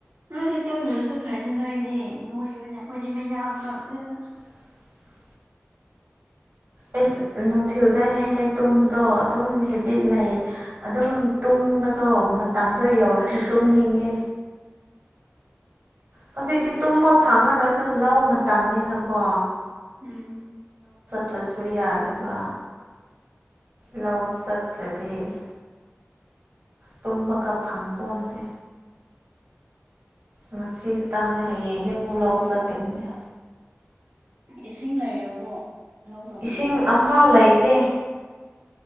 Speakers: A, on the right; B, on the right.
A: ꯑꯗꯨꯗꯤ ꯇꯨꯝꯗ꯭ꯔꯁꯨ ꯐꯩꯗꯅ ꯑꯩꯗꯤ ꯅꯣꯏꯕꯅꯦ ꯑꯩꯈꯣꯏꯗꯤ ꯃꯌꯥꯡ ꯀꯪꯕꯅꯤꯅ
B: <unintelligible> ꯑꯦꯁ ꯅꯨꯡꯊꯤꯜꯗ ꯍꯦꯛ ꯍꯦꯛ ꯇꯨꯝꯕꯗꯣ ꯑꯗꯨꯝ ꯍꯦꯕꯤꯠ ꯂꯩ ꯑꯗꯨꯝ ꯇꯨꯝ ꯕꯗꯣ ꯃꯇꯝꯗꯣ ꯌꯧꯔꯗꯤ ꯇꯨꯝꯅꯤꯡꯉꯦ ꯍꯧꯖꯤꯛꯇꯤ ꯇꯨꯝꯕ ꯐꯥꯡꯉꯔꯣꯏꯗ ꯂꯧ ꯃꯇꯝꯅꯤꯅꯀꯣ
A: ꯎꯝ
B: ꯇ꯭ꯔꯁꯨ ꯌꯥꯗꯕ ꯂꯧ ꯆꯠꯇ꯭ꯔꯗꯤ ꯇꯨꯝꯕꯒ ꯐꯪ ꯄꯣꯟꯇꯦ ꯉꯁꯤ ꯈꯤꯇꯪꯅꯦ ꯍꯌꯦꯡꯗꯤ ꯑꯃꯨꯛ ꯂꯧ ꯆꯠꯀꯅꯤꯗ
A: ꯏꯁꯤꯡ ꯂꯩꯔꯕꯣ ꯂꯧ ꯇꯧꯅꯤꯡꯉꯥꯏ
B: ꯏꯁꯤꯡ ꯑꯝꯐꯥꯎ ꯂꯩꯇꯦ